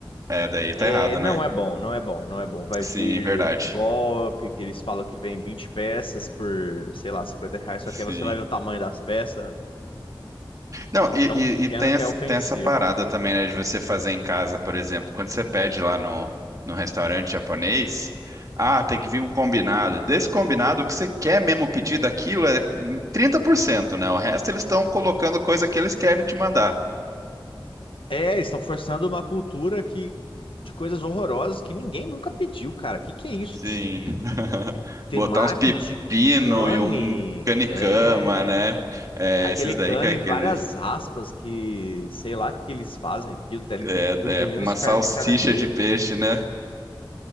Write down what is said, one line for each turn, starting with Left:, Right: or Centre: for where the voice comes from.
Right: É, daí tá
Left: é,
Right: errado,
Left: não
Right: né?
Left: é bom, não é bom, não é bom. Vai
Right: Sim,
Left: vir
Right: verdade.
Left: golpe, que eles falam que vem 20 peças por, sei lá, 50 reais, só
Right: Sim.
Left: que aí você vai ver o tamanho das peças,
Right: Não, e,
Left: tão
Right: e,
Left: pequeno
Right: e tem,
Left: que
Right: essa-
Left: é ofensivo.
Right: tem essa parada também, né, de você fazer em casa, por exemplo. Quando você pede lá no, no restaurante japonês, ah, tem que vir um combinado. Desse combinado, o que você quer mesmo pedir daquilo é trinta por cento né? O resto eles estão colocando coisa que eles querem te mandar.
Left: É, eles estão forçando uma cultura que, de coisas horrorosas que ninguém nunca pediu, cara. que que é isso
Right: Sim.
Left: de
Right: <laughs>
Left: Temaki
Right: Botar uns pepino
Left: de cane
Right: e um canicama,
Left: é
Right: né? É,
Left: aquele
Right: esses daí
Left: cane
Right: que é aquele.
Left: em várias aspas que sei lá o que que eles fazem aqui. Até ele
Right: É,
Left: tem tudo,
Right: é
Left: menos
Right: uma
Left: carne
Right: salsicha
Left: de caranguejo.
Right: de peixe, né?